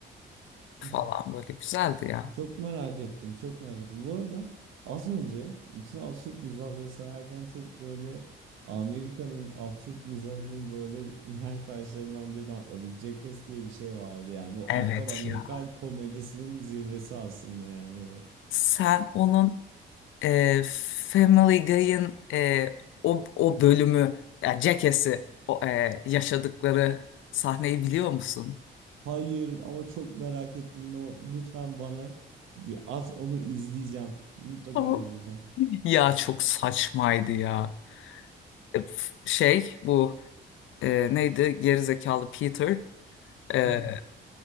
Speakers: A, on the left; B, on the right.
A: falan
B: <laughs>
A: böyle güzeldi ya.
B: Çok merak ettim, çok merak ettim. Bu arada az önce bütün absürt mizahları sayarken çok böyle Amerika'nın absürt mizahının böyle mihenk taşlarından birini atladık. Jackass diye bir şey vardı yani. Bu
A: Evet
B: aptal Amerikan
A: ya.
B: komedisinin zirvesi aslında yani böyle.
A: Sen onun e, Family Guy'ın e, o, o bölümü yani Jackass'i o, e, yaşadıkları sahneyi biliyor musun?
B: Hayır ama çok merak ettim. No, lütfen bana bir at onu izleyeceğim. Mutlaka
A: Tamam.
B: izleyeceğim.
A: Ya çok saçmaydı ya. E, f- Şey bu e, neydi gerizekalı Peter e,
B: <laughs>